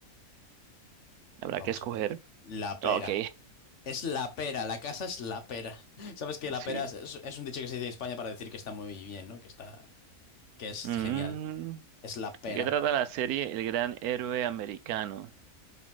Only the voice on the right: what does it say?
Habrá
que escoger.
Ok,
sí.
Mm,
¿De qué trata la serie El Gran Héroe Americano?